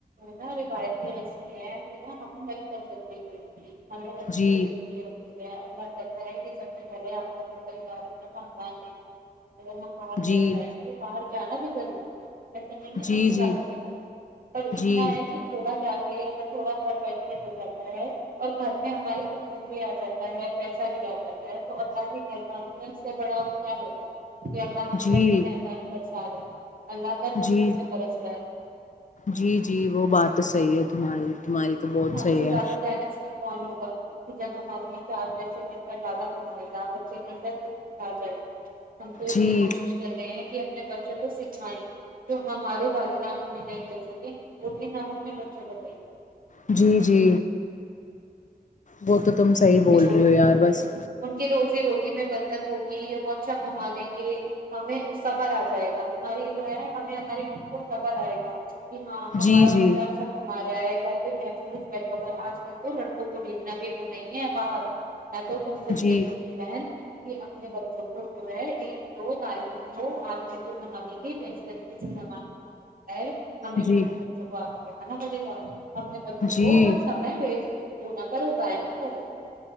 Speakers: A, on the right; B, on the left.
A: نا روایتیں ایسی ہیں کہ نا ہم نہیں کر سکتے ہمیں ہر چیز
B: جی
A: دیکھنی ہوتی ہے کہتا ہے کہ سب سے پہلے آپ کو اپنا پریوار اپنا سامان دھنا ہے اگر ہم باہر
B: جی
A: چلے جائیں گے باہر جانا پ جل ایسا نہیں ہے
B: جی
A: نہیں
B: جی
A: جاننے کے دی اتنا
B: جی
A: ہے کہ تھوڑا جا کے تھوڑا گھر بیے ہو جاتا ہے اور گھر میں ہماراری سپورٹ بھی آ جاتا ہے پیسہ بھی آ جاتا تو اللہ کی مہرب سے بڑا ہو کیا ہوگا کہ اللہ ہم
B: جی
A: سے اپنی مہربانی برسا رہا ہے اللہ کا نور
B: جی
A: رتے برس رہا ہے
B: جی جی وہ بات تو صحیح ہے تمہاری تمہاری تو بہت
A: نہیں ہم
B: صحیح
A: سے زیادہ
B: ہے
A: جائے گا صف کون ہوگا کہ جب ہمارے یہاں چار پیسے بچہ زیادہ کمائے گا بچے کے اندر کچھ آ جائے گ ہم کو اتنی
B: جی
A: کوشش کر رہے ہیں کہ اپنے بچوں کو سکھائیں جو ہمارے والدان ہمیں نہیں دے سکے وہتی نام اپنے بچوں کو گے
B: جی جی وہ تو تم صحیح بول
A: ان
B: رہی ہو یار بس
A: کی روزی روٹی میں برکت ہوگئی ہے وہ اچا کھما لیں گے ہمیں اس سبر آ جائے گا ہماری جو ہے ہمیں ہماری ب کو خبر آئے گا کہ ہاں
B: جی
A: ہمارا
B: جی
A: ب اچھا کما رہا ہے مح وٹا آج کل تو لڑکوں کو دیکھنا بھی وہ نہیں ہے باہر میں تو تم سے
B: جی
A: بھیہیل کروں گی بہن کہ ت بچو وہ جو ہے ایک دو تعلیم دو آپ کر کے کنگانیں گے جو اس طریقے سےمان ہمیں بھی
B: جی
A: اپنے بچوں کو آگے بڑھ اناد د گا ہمنے بچوں
B: جی
A: کو ک سمے ویسٹ پور نہ کر اگیا خرو